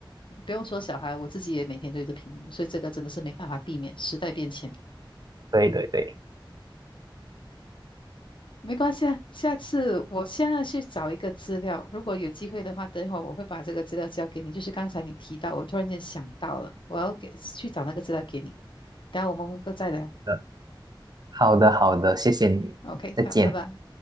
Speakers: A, on the left; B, on the right.
A: 不用说小孩，我自己也每天对着屏幕，所以这个真的是没办法避免，时代变迁。
B: 对对对，
A: 没关系啊，下次我现在去找一个资料，如果有机会的话，等一会儿我会把这个资料交给你。就是刚才你提到，我突然间想到了，我要给去找那个资料给你。等一下我们会再聊。
B: 嗯，好的好的，谢谢你，
A: OK，
B: 再见。
A: 好，拜拜。